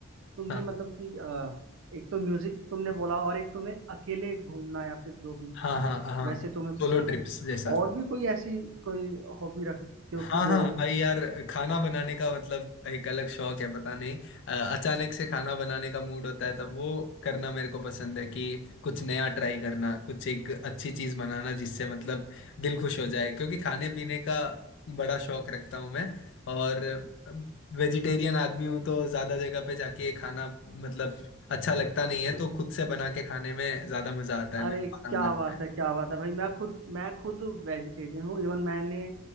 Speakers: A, on the right (about 70°); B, on the left (about 60°).
A: तुम्हें
B: हाँ
A: मतलब कि अ, एक तो म्यूजिक तुमने बोला और एक तुम्हें अकेले घूमना या फिर जो भी
B: हाँ हाँ हाँ
A: वैसे तुम्हें
B: सोलो
A: पसंद
B: ट्रिप्स
A: है
B: जैसा
A: और भी कोई ऐसी कोई हॉबी रखते हो
B: हाँ
A: कि जो
B: हाँ भाई यार खाना बनाने का मतलब एक अलग शौक है पता नहीं अ, अचानक से खाना बनाने का मूड होता है तब वो करना मेरे को पसंद है कि कुछ नया ट्राई करना कुछ एक अच्छी चीज बनाना जिससे मतलब दिल खुश हो जाए क्योंकि खाने पीने का बड़ा शौक रखता हूँ मैं और वेजिटेरियन आदमी हूँ तो ज्यादा जगह पे जाके खाना मतलब अच्छा लगता नहीं है तो खुद से बना के खाने में ज्यादा मजा आता है
A: अरे
B: मेरे को आराम
A: क्या
B: लगता
A: बात
B: है
A: है क्या बात है भाई मैं खुद मैं खुद वेजिटेरियन हूँ इवन मैंने